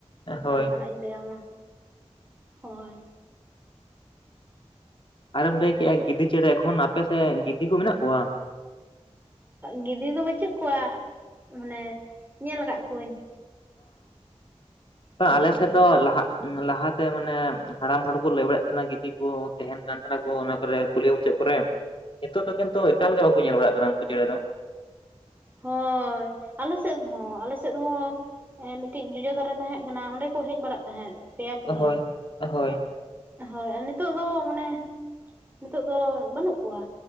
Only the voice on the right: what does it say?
ᱚᱠᱟ
ᱞᱮᱠᱟᱱᱟᱜ ᱤᱧ ᱞᱟᱹᱭ ᱟᱢᱟ ᱦᱳᱭᱼᱼ
ᱜᱤᱫᱤ ᱫᱚ ᱵᱟᱹᱪᱩᱜ ᱠᱚᱣᱟ ᱢᱟᱱᱮ ᱧᱮᱞ ᱟᱠᱟᱫ ᱠᱚᱣᱟ ᱤᱧᱼᱼ
ᱦᱳᱭ
ᱦᱳᱭ ᱟᱞᱮ ᱥᱮᱫ ᱦᱚᱸ ᱟᱞᱮ ᱥᱮᱫ ᱦᱚᱸᱼᱼ ᱮᱸ ᱢᱤᱫᱴᱤᱡ ᱡᱚᱡᱚ ᱫᱟᱨᱮ ᱛᱟᱦᱮᱸ ᱠᱟᱱᱟ ᱚᱸᱰᱮ ᱠᱚ ᱦᱮᱡ ᱵᱟᱲᱟᱜ ᱛᱟᱦᱮᱡ ᱯᱮᱭᱟ ᱯᱩᱱᱭᱟ
ᱮᱼᱼ ᱦᱳᱭ ᱟᱨ ᱱᱤᱛᱚᱜ ᱫᱚ ᱢᱟᱱᱮ ᱱᱤᱛᱚᱜ ᱫᱚ ᱵᱟᱹᱱᱩᱜ ᱠᱚᱣᱟ